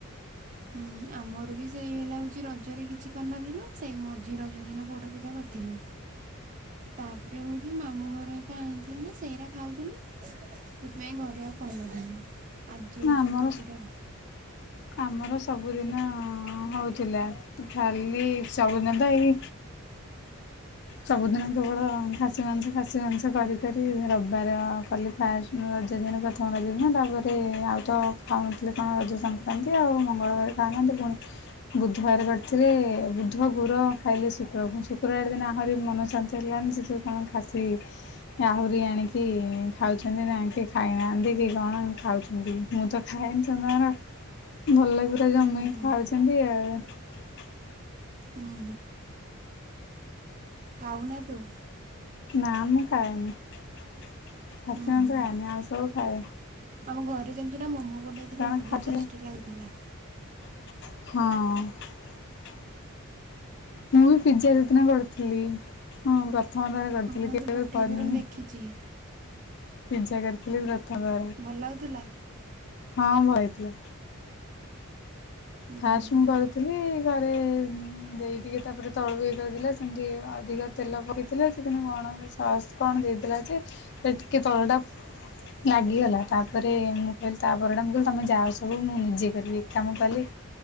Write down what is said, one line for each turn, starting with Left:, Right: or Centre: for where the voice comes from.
Right: ହୁଁ ଆମର ବି ସେଇ ହେଲା ହଉଛି ରଜରେ କିଛି କରିନଥିଲୁ ସେଇ ମଝି ରଜ ଦିନ ପୋଡ଼ ପିଠା କରିଥିଲୁ ତାପରେ ହଉଛି ମାମୁଁ ଘର ଏକା ଆଣିଥିଲେ ସେଇଟା ଖାଉଥିଲୁ ସେଥିପାଇଁ ଘରେ ଆଉ କରିନଥିଲୁ। ଆଜି
Left: ନା
Right: ଏଇ ଚକୁଳିପିଠା।
Left: ଆମର ଆମର ସବୁଦିନ ହଉଥିଲା ଖାଲି ସବୁଦିନ ତ ଏଇ ସବୁଦିନ କେବଳ ଖାସି ମାଂସ ଖାସି ମାଂସ କରିିକରି ରବିବାର କଲି ଫାଷ୍ଟ ରଜ ଦିନ ପ୍ରଥମ ରଜ ଦିନ ତାପରେ ଆଉ ତ ଖାଉନଥିଲେ କଣ ରଜ ସ ସଂକ୍ରାନ୍ତି ଖାଉନାହାନ୍ତି ଆଉ ମଙ୍ଗଳବାର ଖାଉନାହାନ୍ତି ପୁଣି ବୁଧବାର କରିଥିଲେ ବୁଧ ଗୁର ଖାଇଲେ ଶୁକ୍ର ଶୁକ୍ରବାର ଦିନ ଆହୁରି ମନ ଶାନ୍ତ ହେଇଲାନି ସେ ତୁ କଣ ଖାସି ଆହୁରି ଆଣିକି ଖାଉଛନ୍ତି ନା କି ଖାଇନାହାନ୍ତି କି କଣ ଖାଉଛନ୍ତି ମୁଁ ତ ଖାଏନି ଜମାରୁ। ଭଲ ଲାଗୁ। <unintelligible>
Right: ହୁଁ ହୁଁ।
Left: ଖାଉଛନ୍ତି ଆଉ। <unintelligible>
Right: ହୁଁ ଖାଉ ନାହାନ୍ତି।
Left: ନା ମୁଁ ଖାଏନି। ଖାସି
Right: ହୁଁ
Left: ମାଂସ
Right: ହୁଁ
Left: ଖାଏନି ଆଉ ସ ଖାଏ।
Right: ଆମ ଘରେ ଯେମିତି ନା ମୁଁ। ବନେଇଥିଲେ
Left: ସେମାନେ
Right: ବଢିଆ
Left: ଖାଉଛନ୍ତି
Right: ଟେଷ୍ଟ ଲାଗୁଥିଲା।
Left: ହଁ। ମୁଁ ବି ପିଜା ସେଦିନ କରିଥିଲି ହଁ ପ୍ରଥମ ଥର କରିଥ କହିଲି
Right: ହଁ
Left: କେବେ
Right: ତୁ ପଠେଇଥିଲୁ
Left: କରିନି।
Right: ମୁଁ ଦେଖିଛି
Left: ପିଜା କରଥିଲି ପ୍ର ହଁ
Right: ଭଲ ଲାଗୁଥିଲା।
Left: ହଁ ଭାଇ। ୟ।
Right: ହୁଁ
Left: ଫାଷ୍ଟ
Right: ହୁଁ
Left: ମୁଁ କରୁଥିଲି ଘରେ ଦେଇ ଟିକେ ତାପରେ ତଳକୁ ଇଏ କରିଥିଲା ସେମିତି ଅଧିକ ତେଲ ପକେଇଥିଲା ସେ କିନ୍ତୁ କଣ ସସ୍ କଣ ଦେଇଥିଲା ଯେ ସେ ଟିକେ ତଳଟା ଲାଗିଗଲା ତାପରେ ମୁଁ କହିଲି ତାପରଟା ମୁଁ କହିଲି ତମେ ଯାଅ ସବୁ ମୁଁ ନିଜେ କରିବି ଏକା ମୁଁ କଲି।